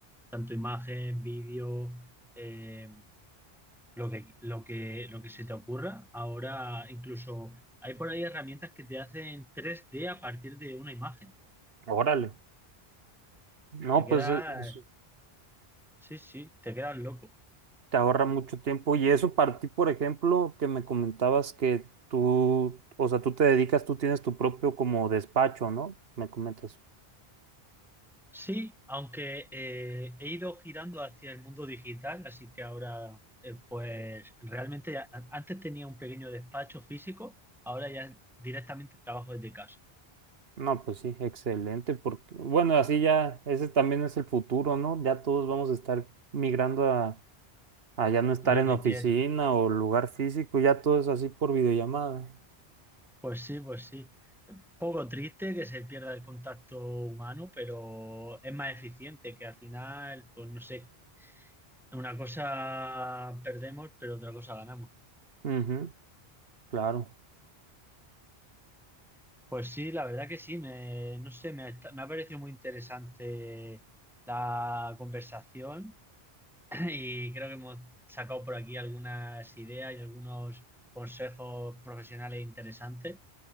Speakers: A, in the centre; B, on the right (about 70°).
A: Tanto imagen, vídeo, eh, lo que, lo que, lo que se te ocurra. Ahora incluso hay por ahí herramientas que te hacen 3D a partir de una imagen.
B: Órale. No,
A: Te quedas,
B: pues e- eso
A: sí, sí, te quedas loco.
B: te ahorra mucho tiempo. Y eso para ti, por ejemplo, que me comentabas que tú, o sea, tú te dedicas, tú tienes tu propio como despacho, ¿no? Me comentas.
A: Sí, aunque eh, he ido girando hacia el mundo digital, así que ahora, eh, pues realmente a- antes tenía un pequeño despacho físico, ahora ya directamente trabajo desde casa.
B: No, pues sí, excelente, porque, bueno, así ya, ese también es el futuro, ¿no? Ya todos vamos a estar migrando a, a ya no estar
A: Es lo
B: en
A: que
B: oficina
A: quiere.
B: o lugar físico, ya todo es así por videollamada.
A: Pues sí, pues sí. Poco triste que se pierda el contacto humano, pero es más eficiente, que al final, pues no sé, una cosa perdemos, pero otra cosa ganamos.
B: Ujú, claro.
A: Pues sí, la verdad que sí, me, no sé, me ha, me ha parecido muy interesante la conversación <clears throat> y creo que hemos sacado por aquí algunas ideas y algunos consejos profesionales interesantes,